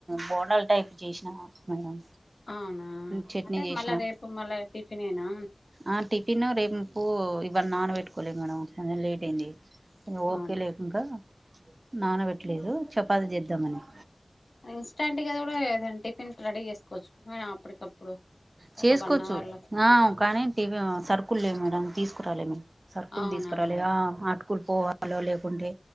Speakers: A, on the right (about 55°); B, on the left (about 70°).
A: బోడాల్ టైప్ చేసినా మేడం
B: అవునా
A: చట్నీ
B: అంటే
A: చేసిన
B: మళ్ళా రేపు మళ్ళా టిఫిన్ ఏనా
A: ఆ టిఫిన్ రేపు ఇవన్నీ నాన పెట్టుకోలే మేడం కొంచం లేట్ అయింది ఓకే
B: అవునా
A: లేకంక నానబెట్టలేదు చపాతీ చేద్దామని
B: ఇన్స్టాంట్ కదా కూడా ఏదన్నా టిఫిన్ రెడీ చేసుకోవచ్చు అప్పటికప్పుడు
A: చేసుకోవచ్చు
B: ఒక వన్ అవర్ లో
A: ఆ కానీ సర్కుల్ లేవు మేడం తీసుకురాలి మేము సర్కుల్
B: అవునా
A: తీసుకు చకరలు
B: మేడం
A: అటుకులు పోవాలో లేకుంటే